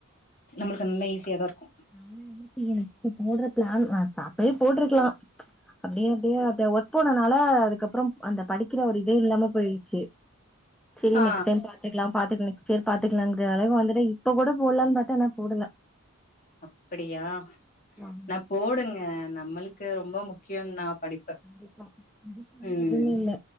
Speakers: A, on the left; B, in the centre.
A: நம்மளுக்கு நல்லா ஈஸியா தா இருக்கு
B: நானு என்ன செய்யனு இப்ப போடற ப்ளேன் நா அப்பயே போட்ருக்கலா அப்டி அப்டியே அ ஒர்க் போனனால அதுக்கப்புறம் அந்த படிக்கிற ஒரு இதே இல்லாம போயிடுச்சு <unintelligible> சரி
A: ஆ
B: நெக்ஸ்ட் டைம் பாத்துக்லா பாத்துட்டு நெக்ஸ்ட் இயர் பாத்துக்லாங்ற அளவுக் வந்துட்ட இப்ப கூட போடலானு பாத்தே ஆனா போடல
A: அப்படியா
B: ஆமா
A: நா போடுங்க நம்மளுக்கு ரொம்ப முக்கியந்தா படிப்பு
B: கண்டிப்பா அதுக்குல்லா
A: ம்
B: எதுவுமே இல்ல